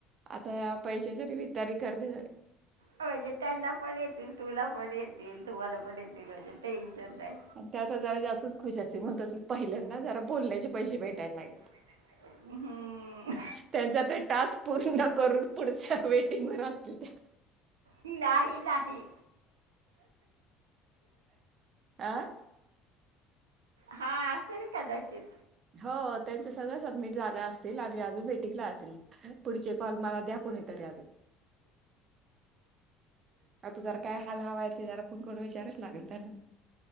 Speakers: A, on the right (about 45°); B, on the right (about 85°).
A: आता पैशाच्या निमित्ताने करते झाली.
B: म्हणजे त्यांना पण येतील तुला पण येतील तुम्हांला पण येतील म्हणजे ते टेंशन नाय.
A: त्यात जरा जास्तच खुश असतील म्हणून त्यासनी पहिल्यांदा जरा बोलण्याचे पैसे भेटायला लागलेत.
B: ह्. हम्म.
A: त्यांचा तर टास्क पूर्ण करून पुढच्या वेटिंग वर असतील त्या
B: नाही नाही.
A: आ?
B: हा असेल कदाचित
A: हो त्यांच सगळं सबमिट झालं असतील आणि अजून वेटींगला असेल. पुढचे कॉल मला द्या कुणीतरी अजून आता जरा काय हाल हवा आहे ते जरा फोन करून विचारावं लागल त्यांना